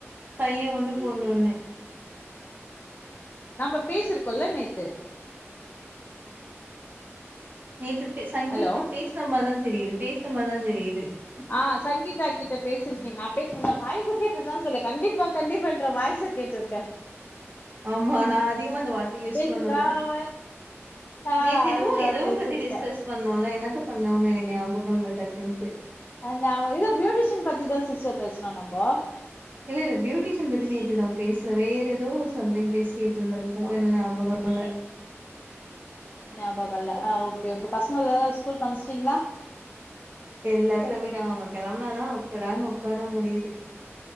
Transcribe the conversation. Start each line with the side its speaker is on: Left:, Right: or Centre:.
Right: பைய ஒன்னு, பொண்ணு ஒன்னு
Left: நம்ம பேசிருக்கோல்ல நேத்து
Right: நேத்து பே சங்கீதா
Left: ஹலோ
Right: பேஸ்ன மார தா தெரியிது பேஸ்ன மார தா தெரியிது
Left: ஆ சங்கீதா கிட்ட பேசிருக்கே நா பேசிர்ந்த வாய்ஸு கேட்டு தா சொன்னே கண்டிப்பா கண்டிப்பான்ற வாய்ஸு கேட் டுருக்கே
Right: ஆமா நா அதிகமா அந்த வார்த்தைய யூஸ்
Left: பேசுதா
Right: பண்ணுவே
Left: அவ ஆ
Right: நேத்து
Left: அது
Right: என்னமோ
Left: நான்
Right: எதோ
Left: பேசிருக்கேன்
Right: பத்தி டிஸ்கஸ் பண்ணோல்ல என்னத்த பண்ணோன்னு எனக் ஞாபகோ இல்ல டக்குன்ட்டு
Left: அந்த அவ இத ப்யூட்டீஷ்யன் பத்தி தா சிஸ்டர் பேஸ்னோ நம்போ
Right: இல்ல இல்ல ப்யூட்டீஷ்யன் பத்தி நேத்து நா பேச வேறெதோ சம்திங் பேசிட்ருந்துருக்கோ என்ன ஞாபகோ இல்ல
Left: ஞாபகோ இல்ல ஆ ஓகே ஓகே பசங்கள் எல்லா ஸ்கூல்க்கு அம்ஸ்ட்டீங்ளா
Right: எல்லாரு கெளம்பிட்டாங்க அவங்க கெளம்னாதா அக்கடான்னு ஒக்கார முடியிது.